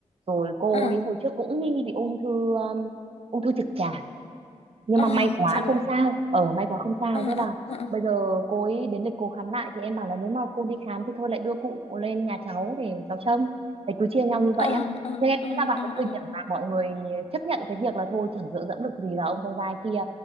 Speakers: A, on the right; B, on the left.
A: rồi cô
B: ờ ờ
A: ấy hồi trước cũng nghi bị ung thư um, ung thư trực tràng nhưng
B: ờ
A: mà may quá
B: trời
A: không sao ở may quá không sao
B: ờ
A: thế là
B: ờ ờ
A: bây giờ cô ấy đến lịch cô khám lại thì em bảo là nếu mà cô đi khám thì thôi lại đưa cụ lên nhà cháu để cháu trông để cứ chia nhau như
B: ờ
A: vậy á
B: ờ ờ
A: nhưng em
B: ờ
A: nghĩ là vào
B: ờ
A: cái
B: ờ
A: thời điểm
B: ờ,
A: mà mọi người chấp nhận cái việc là thôi chẳng dựa dẫm được gì vào ông con trai kia